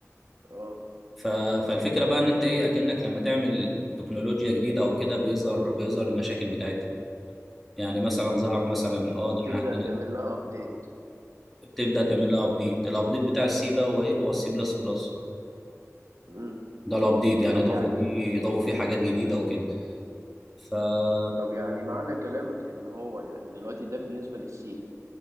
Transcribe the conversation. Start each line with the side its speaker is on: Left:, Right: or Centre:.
Right: اه
Centre: ف... فالفكرة بقى إن أنت إيه أكنك لما تعمل تكنولوجيا جديدة أو كده بيظهر بيظهر المشاكل بتاعتها يعني مثلا ظهر مثلا اه
Right: فبتبدا
Centre: ده احنا عندنا
Right: تعمل لها ابديت
Centre: بتبدا تعمل لها ابديت الابديت بتاع السي بقى هو ايه هو السي بلس بلس
Right: امم
Centre: ده الابديت يعني
Right: طب
Centre: ضافوا
Right: يعني
Centre: فيه ضافوا فيه حاجات جديده وكده فلا
Right: طب يعني معنى كلامك ان هو يعني دلوقتي ده بالنسبه للسي